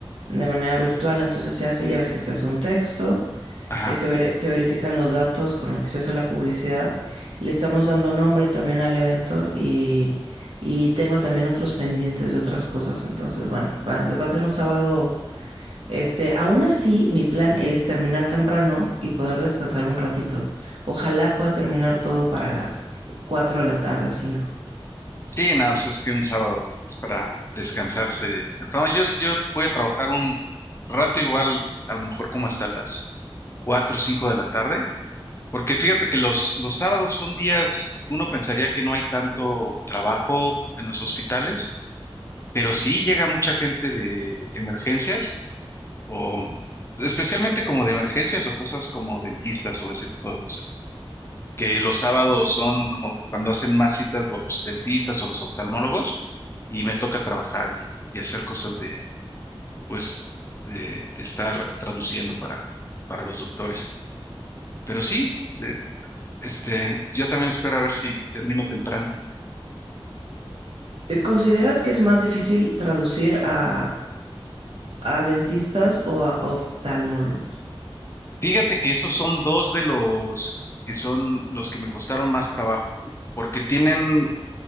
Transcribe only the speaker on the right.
de manera virtual. Entonces se hace, ya ves que se hace un texto,
eh, se, veri- se verifican los datos con los que se hace la publicidad. Le estamos dando nombre también al evento y, y tengo también otros pendientes de otras cosas. Entonces, bueno, va, va a ser un sábado este, aún así, mi plan es terminar temprano y poder descansar un ratito. Ojalá pueda terminar todo para las 4 de la tarde, 5.
Eh, ¿Consideras que es más difícil traducir a, a dentistas o a oftalmólogos?